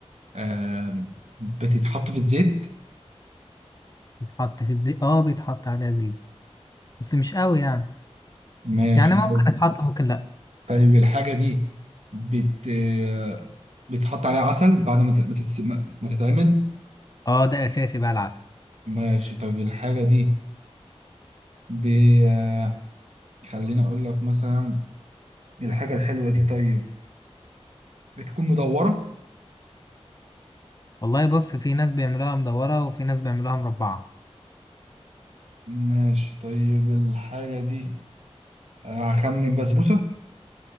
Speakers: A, on the right; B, on the left.
A: آه بتتحط في الزيت
B: بيتحط في الزيت اه بيتحط عليها زيت بس مش قوي يعني
A: ماشي
B: يعني
A: طيب
B: ممكن يتحط ممكن لا
A: طيب الحاجة دي بت آه، بتحط عليها عسل بعد ما ت- ما تتس- ما- ما تتعمل
B: اه ده اساسي بقى العسل
A: ماشي طيب الحاجة دي ب... آه، خليني أقول لك مثلا الحاجة الحلوة دي طيب بتكون مدورة
B: والله بص في ناس بيعملوها مدوره وفي ناس بيعملوها مربعه
A: ماشي طيب الحاجة دي آه، هخمن بسبوسة